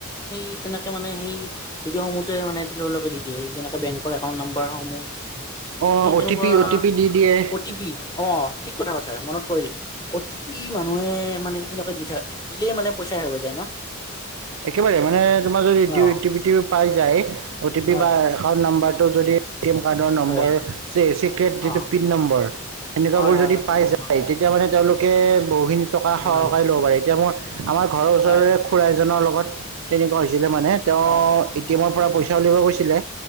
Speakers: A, on the left (about 20°); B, on the right (about 70°).
A: সেই তেনেকে মানে সেই ভিডিঅসমূহতে মান তেওঁলোকে দি দিয়ে যেনেকে বেংকৰ একাউন্ট নাম্বাৰসমূহ,
B: অ'
A: এই তেনেকুৱা
B: অ' টি পি অ' টি পি দি দিয়ে
A: অ' টি পি অ' ঠিক কথা কথা মনত পৰিল অ টি পি মানুহে মানে এনেকুৱা দি থাক দিলে মানে পইচা হে হৈ যায় ন! <inaudible>
B: একেবাৰে মানে তোমাৰ যদি <unintelligible>
A: অ'
B: পাই যায়, অ টি পি
A: হয়
B: বা এ ন্ব <unintelligible>
A: হয় অ'
B: সেনেকুৱা
A: হয়
B: বোৰ
A: হয়
B: যদি
A: পিন
B: পাই
A: নম্বৰ
B: যায় তেতিয়া মানে তেওঁলোক বহুখিনি টকা
A: হয়
B: সহকাৰে লব পাৰে এতিয়া মোৰ আমাৰ ঘৰৰ ওচৰৰে
A: হয়
B: খুৰা এজনৰ লগত তেনেকুৱা হৈছিলে মানে তেওঁ
A: অ',
B: এ
A: অ',
B: টি এমৰ পৰা পইচা উলিয়াব গৈছিলে।